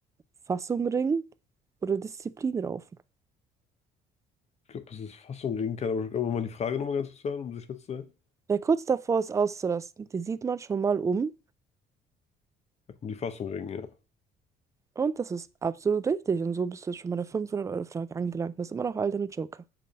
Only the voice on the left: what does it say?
ich glaube, das ist Fassung ringen kann, aber kann man mal die Frage nochmal ganz kurz hören, um sicher zu sein?
Ja, um die Fassung ringen, ja.